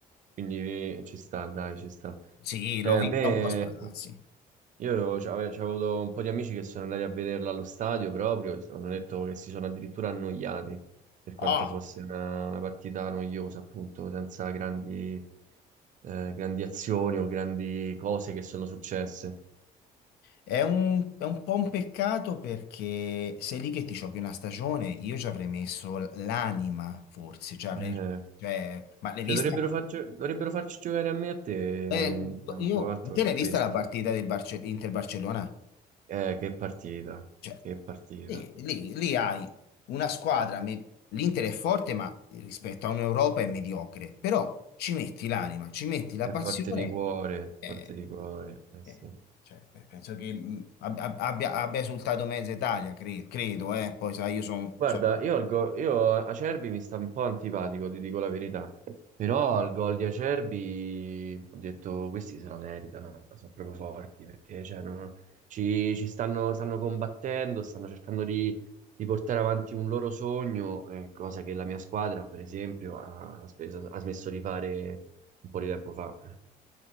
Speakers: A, on the right (about 50°); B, on the left (about 70°).
A: Quindi eh, ci sta, dai, ci sta.
B: Sì,
A: Eh,
B: l'ho
A: a
B: vista
A: me...
B: un po' a sprazzi.
A: Io c'ave- c'avevo avuto un po' di amici che sono andati a vederla allo stadio proprio, hanno detto che si sono addirittura annoiati, per quanto
B: Ah!
A: fosse una, una partita noiosa, appunto, senza grandi, eh, grandi azioni o grandi cose che sono successe.
B: È un, è un po' un peccato perché sei lì che ti giochi una stagione, io ci avrei messo l'anima, forse, cioè avrei,
A: Eh,
B: cioè, ma l'hai
A: cioè
B: vista?
A: dovrebbero, far gio- dovrebbero farci giocare a me e a te in
B: Eh,
A: campo,
B: io-
A: altro
B: te
A: che
B: l'hai vista
A: questi.
B: la partita del Barce- Inter-Barcellona?
A: Eh, che partita,
B: Cioè,
A: che partita.
B: lì, lì- lì hai una squadra, me- l'Inter è forte, ma rispetto a un'Europa è mediocre, però ci metti l'anima, ci metti la
A: È
B: passione,
A: forte di cuore,
B: eh,
A: forte di cuore. eh
B: eh,
A: sì.
B: cioè, pe- penso che mh, ab- ab- abbia, abbia esultato mezza Italia, cre- credo, eh, poi sai, io sono...
A: Guarda, io, al go- io a- Acerbi mi sta un po' antipatico, ti dico la verità. Però al gol di Acerbi ho detto questi se la meritano, sono proprio forti perché cioè, non- ci, ci stanno, stanno combattendo, stanno cercando di, di portare avanti un loro sogno, eh, cosa che la mia squadra, per esempio, ha, ha speso- ha smesso di fare un po' di tempo fa.